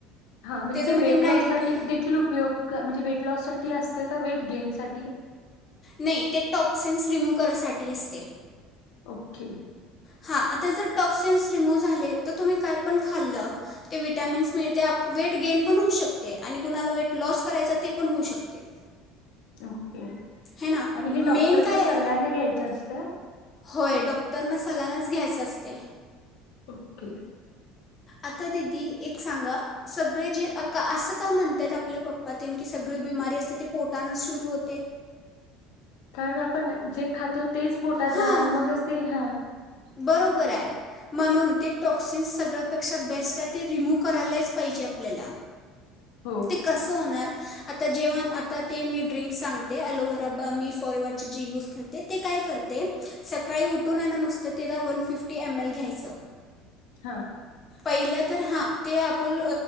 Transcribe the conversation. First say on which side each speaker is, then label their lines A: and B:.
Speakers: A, on the left; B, on the left.
A: हा म्हणजे
B: त्याच्यामध्ये
A: ते वेट
B: नाईन्टी
A: लॉस साठी देखिल उपयोग म्हणजे वेट लॉससाठी अस का वेट गेन साठी
B: नाही ते टॉक्सिन्स रिमूव्ह करायसाठी असते.
A: क
B: हा आता जर टॉक्सिनस रिमूव्ह झाले तर तुम्ही हा आता जर टोक्सिन्स रिमूव्ह झाले तर तुम्ही काय पण खाल्लं ते विटॅमिन्स मिळते वेट गेन पण होऊ शकते आणि कुणाला वेट लॉस करायचा ते पण होऊ शकते.
A: ओके
B: हे ना
A: आणि हे
B: मेन
A: डॉक्टरच्या
B: काय
A: सल्ल्याने
B: आहे.
A: घ्यायचं असतं
B: होय, डॉक्टरन सगळ्यानाच घ्यायचं असत. ह
A: ओके
B: आता दिदी एक सांगां सगळे जे आकार असं का म्हणताय आपल्या पप्पात की सगळी बिमारी असते ते पोटानच सुरू होते.
A: कारण आपण जे खातो तेच पोटात
B: हां
A: जाणार मगच ते हा
B: बरोबर आहे म्हणून ते टॉक्सिन्स सगळ्यापेक्षा बेस्ट आहे ते रिमूव करायलाच पाहिजे आपल्याला
A: हो
B: ते कसं होणार. आता जेव्हा आता ते मी ड्रिंक् सांगते ॲलोवे्रा ब मी फॉरवरचे जे यूज करते ते काय करते सकाळी उठून आण ना नुसतं तेला वन फिफ्टी एम एल घ्यायचं.
A: हा
B: पहिलं तर हां ते आपण